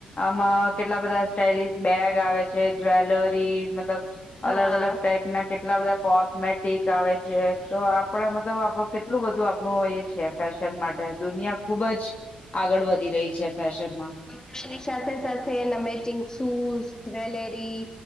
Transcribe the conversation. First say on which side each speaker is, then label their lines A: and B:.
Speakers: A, on the left (about 35°); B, on the left (about 20°).
A: આમ કેટલા બધા સ્ટાઇલશ બેગ આવે છે જ્વેલરી મતલબ
B: હા
A: અલગ અલગ ટાઈપ ના કે ટલા બધા. કોસ્મેટિક આવે છે તો આપડે મતલબ આપડ કેટલું બધું આપણું એ છે ફેશન મા ટે દુનિયા ખુબ જ આગળ વધી રહી છે. ફેશનમાં.
B: કપડા ની સાથે સાથે એના મેચિંગ શૂઝ જ્વેલેરી